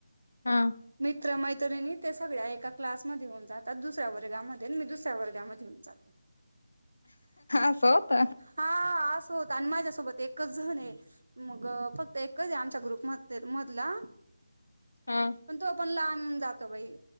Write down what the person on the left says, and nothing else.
ह.
असं होत
हा